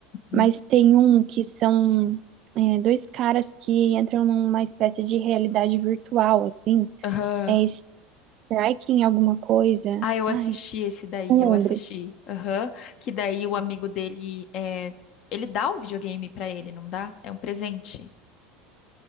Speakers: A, on the left; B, on the right.
A: Hum.
B: Mas tem um que são, é, dois caras que entram numa espécie de realidade virtual, assim,
A: Aham.
B: é striking alguma coisa,
A: Ah, eu
B: ai,
A: assisti esse daí,
B: não
A: eu assisti.
B: lembro.
A: Aham. Que daí o amigo dele é. Ele dá o videogame pra ele, não dá? É um presente.